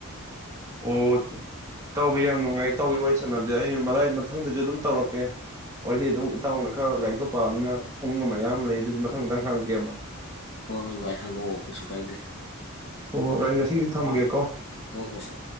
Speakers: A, on the right; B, on the left.
A: ꯑꯣ ꯏꯇꯥꯎꯕꯤ ꯌꯥꯝ ꯅꯨꯡꯉꯥꯏ ꯏꯇꯥꯎꯕꯤ ꯋꯥꯔꯤ ꯁꯥꯟꯅꯕꯁꯦ ꯑꯩ ꯃꯏ ꯃꯊꯪꯗꯁꯨ ꯑꯗꯨꯝ ꯇꯧꯔꯛꯀꯦ ꯋꯥꯔꯤ ꯑꯗꯨꯝ ꯏꯇꯥꯎꯅ ꯈꯔ ꯂꯥꯏꯔꯤꯛꯇꯣ ꯄꯥꯝꯃꯤꯅ ꯈꯨꯡꯕ ꯃꯌꯥꯝ ꯂꯩ ꯑꯗꯨꯁꯨ ꯃꯊꯪ ꯃꯊꯪ ꯍꯪꯉꯛꯀꯦꯕ
B: ꯍꯣꯏ ꯍꯣꯏ ꯚꯥꯏ ꯍꯪꯉꯛꯑꯣ ꯀꯩꯁꯨ ꯀꯥꯏꯗꯦ
A: ꯑꯣ ꯍꯣꯏ ꯑꯩ ꯉꯁꯤꯗꯤ ꯊꯝꯃꯒꯦꯀꯣ
B: ꯍꯣꯏ ꯍꯣꯏ ꯍꯣꯏ